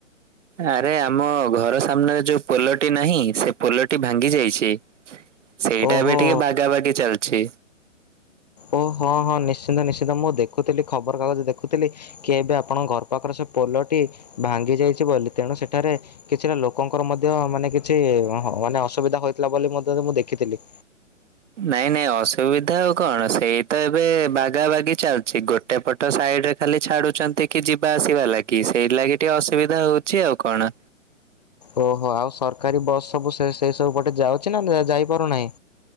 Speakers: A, on the right; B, on the left.
A: ଆରେ ଆମ ଘର ସାମ୍ନାରେ ଯୋଉ ପୋଲଟି ନାହିଁ ସେ ପୋଲଟି ଭାଙ୍ଗି ଯାଇଛି। ସେଇଟା
B: ଓହୋ
A: ବି ଟିକେ ବାଗା ବାଗି ଚାଲଛି
B: ଓହଁ ହଁ ନିଶ୍ଚିନ୍ତ ନିଶ୍ଚିନ୍ତ ମୁଁ ଦେଖୁଥିଲି ଖବରକାଗଜ ଦେଖୁଥିଲି କି ଏବେ ଆପଣଙ୍କ ଘର ପାଖର ସେ ପୋଲଟି ଭାଙ୍ଗି ଯାଇଛି ବୋଲି ତେଣୁ ସେଠାରେ କିଛିଟା ଲୋକଙ୍କର ମଧ୍ୟ ମାନେ କିଛି ହ ମାନେ ଅସୁବିଧା ହୋଇଥିଲା ବୋଲି ମଧ୍ୟ ମୁଁ ଦେଖିଥିଲି।
A: ନାଇଁ ନାଇଁ ଅସୁବିଧା ଆଉ କଣ ସେଇ ତ ଏବେ ବାଗା ବାଗି ଚାଲିଛି ଗୋ ଗୋଟେ ପଟ ସାଇଡ଼ ରେ ଖାଲି ଛାଡ଼ୁଛନ୍ତି କି ଯିବା ଆସିବା ଲାଗି ସେଇ ଲାଗି ଟିକେ ଅସୁବିଧା ହଉଛି ଆଉ କଣ।
B: ଓହୋ ଆଉ ସରକାରୀ ବସ୍ ସବୁ ସେ ସେ ସବୁ ପଟେ ଯାଉଛି ନା ଯାଇପାରୁନାହିଁ?